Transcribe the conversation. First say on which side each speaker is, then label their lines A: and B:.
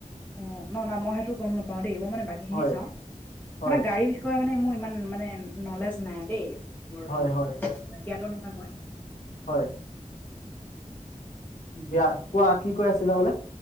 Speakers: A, on the left; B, on the left.
A: অঁ নহ নহ মই সেইটো গম নাপাও দেই মই মানে বাকীখিনি
B: হয়
A: চাওঁ,
B: হয়
A: মানে গাড়ী বি কয় মানে মোৰ ইমান মানে নলেজ নাই দেই মোৰ
B: হয়
A: মানে
B: হয়
A: ইমান জ্ঞাত নহয় মই।
B: হয়। বিয়া কোৱা কি কৈ আছিলা বোলে।